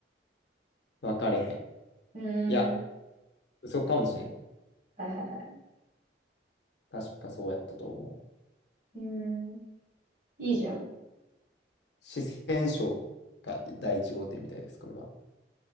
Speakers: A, on the left; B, on the right.
A: 分かれへん。
B: うーん、
A: いや、嘘かもしれん。
B: はいはいはい。
A: 確かそうやったと思う。
B: うーん、いいじゃん。
A: 四川省が第一号店みたいです、これは。